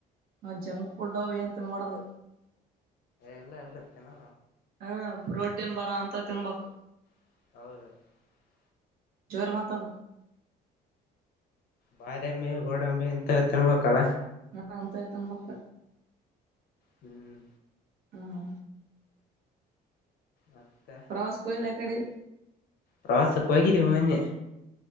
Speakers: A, on the right; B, on the left.
A: ನಾ ಜಂಕ್ ಫುಡ್ತನ್ ಮಾಡದು.
B: ಎಲ್ಲ ಎಲ್ಲ ಚೆನ್ನ.
A: ಹಾ ಪೋ. ಟ್ಟನ್ ಬರ ಅಂತ ತಿನ್ಬಕ್
B: <inaudible>
A: ಜೋರ್ ಬಂದಾವ
B: ಬಾದಾಮಿ ಗೋಡಂಬೆ ಎಂತ ತಿನ್ಬೇಕಲ್ಲ
A: ನಂತಾಯ ತೊಂಬಕ್ಕ
B: ಹ್ಮ್
A: ಹ್ಮ
B: ಮತ್ತೆ
A: ಪ್ರವಾಸ ಕೊಯಲ್ಲ ಅ ಕಡೆ.
B: ಪ್ರಾಾಸ ಕೊೈಗರಿವ ಮ